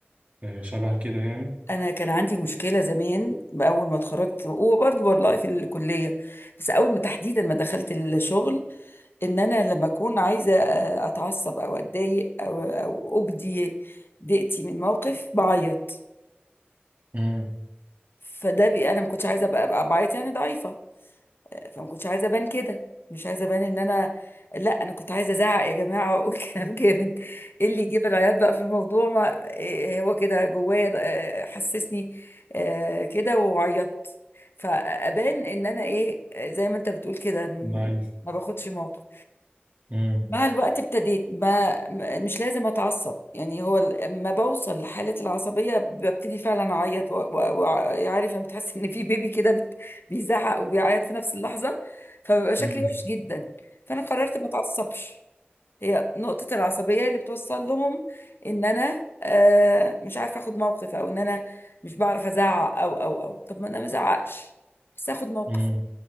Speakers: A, on the right; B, on the left.
A: آه، شبه كده يعني
B: انا كان عندي مشكله زمان باول ما اتخرجت وبرضه والله في الكليه بس اول ما تحديدا ما دخلت الشغل ان انا لما اكون عايزه آه، اتعصب او اتضايق او او ابدي ضيقتي من موقف بعيط
A: امم
B: فده بي انا ما كنتش عايزه ابقى أبقى بعيط يعني ضعيفه فما كنتش عايزه ابان كده مش عايزه ابان ان انا لا انا كنت عايزه ازعق يا جماعه واقول <laughs> كلام جامد ايه اللي يجيب العياط بقى في الموضوع ما إيه هو كده جوايا ده، آه، حسسني آه، كده وعيطت فابان ان انا ايه آه، زي ما انت بتقول كده م-
A: ضعيف
B: ما باخدش موقف
A: امم
B: مع الوقت ابتديت ما ما- مش لازم اتعصب يعني هو لما بوصل لحالة العصبية ببتدي فعلا اعيط وعارف لما بتحس ان في بيبي كده بت- بيزعق وبيعيط في نفس اللحظة فبيبقى شكلي
A: امم
B: وحش جدا فانا قررت ما اتعصبش هي نقطة العصبية اللي بتوصل لهم ان انا آه، مش عارفة اخد موقف او ان انا مش بعرف ازعق او او او طب ما انا ما ازعقش بس اخد موقف
A: امم